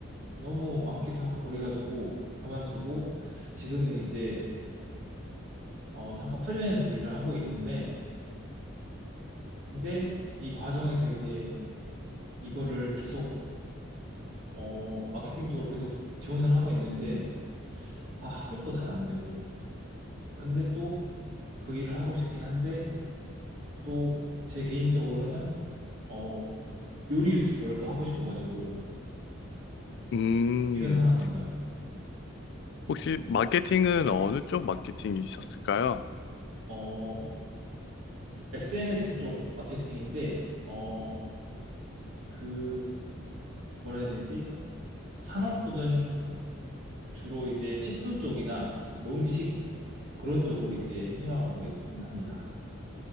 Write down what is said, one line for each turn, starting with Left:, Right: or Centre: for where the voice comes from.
Right: 너무 많기도 하고 그래가지고 그만두고 지금은 이제 어 잠깐 프리랜서로 일을 하고 있는데 근데 이 과정에서 이제 이거를 계속 어 마케팅 쪽으로 계속 지원을 하고 있는데 아 합격도 잘 안 되고 근데 또 그 일을 하고 싶긴 한데 또 제 개인적으로는 어 요리 유튜버를 또 하고 싶어가지고
Left: 음,
Right: 이런 음. 상황입니다.
Left: 혹시 마케팅은 어느 쪽 마케팅이셨을까요?
Right: 어, SNS 쪽 마케팅인데, 어, 그, 뭐라 해야 되지? 산업군은 주로 이제 식품 쪽이나 뭐 음식 그런 쪽으로 이제 희망하고 있긴 합니다.